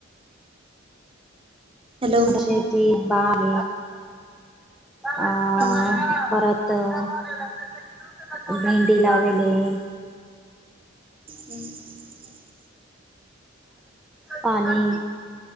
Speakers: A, on the right (about 25°); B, in the centre.
A: हॅलो?
B: शेती बाग आहे
A: हं,
B: परत <unintelligible> तर भेंडी लावेलेली आहे.
A: हम <inaudible>
B: पाणी-